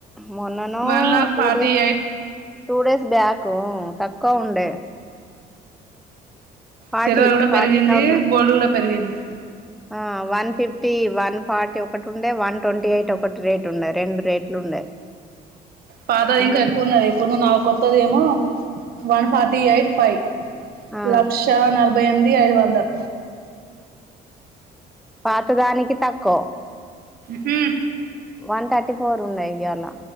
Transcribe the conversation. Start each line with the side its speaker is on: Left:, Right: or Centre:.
Centre: మొన్నను
Right: one lakh
Centre: two
Right: forty
Centre: days
Right: eight
Centre: two days back తక్కువ ఉండే ఫార్టీ
Right: సిల్వర్ కూడా
Centre: ఫార్టీ
Right: పెరిగింది
Centre: జాబ్ థౌజండ్
Right: గోల్డ్ కూడా పెరిగింది
Centre: ఆ వన్ ఫిఫ్టీ వన్ ఫార్టీ ఒకటి ఉండే వన్ ట్వంటీ ఎయిట్ ఒకటి రేటు ఉండే రెండు రేట్లు ఉండే
Right: పాతది
Centre: ఉమ్,
Right: ఇంకా ఎక్కువ ఉన్నది ఇప్పుడు ను్వు నా కొత్తది ఏమో వన్ ఫార్టీ ఎయిట్ ఫైవ్
Centre: ఆ
Right: లక్ష నలభై ఎనింది ఐదు వందల
Centre: పాత దానికి తక్క
Right: హ
Centre: వన్ థర్టీ ఫోర్ ఉన్నాయి ఇయ్యాలా